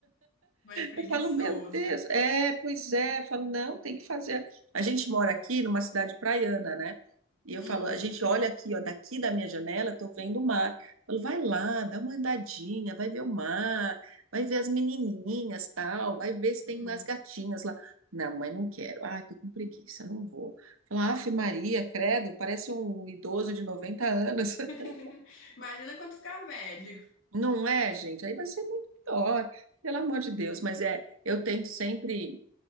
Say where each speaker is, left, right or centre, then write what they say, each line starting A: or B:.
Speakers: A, on the left; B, on the right.
A: Mais preguiçoso.
B: Eu falo, meu Deus, é, pois é. Eu falo, não, tem que fazer. A gente mora aqui numa cidade praiana, né? E eu
A: Hum,
B: falo, a gente olha aqui, ó, daqui da minha janela, eu tô vendo o mar. Eu falo, vai lá, dá uma andadinha, vai ver o mar, vai ver as menininhas, tal, vai ver se tem
A: uhum.
B: umas gatinhas lá. Não, mas não quero. Ah, tô com preguiça, não vou. Falar, afe Maria, credo, parece um idoso de 90 anos. <laughs>
A: <laughs> Imagina quando ficar velho.
B: Não é, gente? Aí vai ser muito pior, pelo amor de Deus. Mas é, eu tento sempre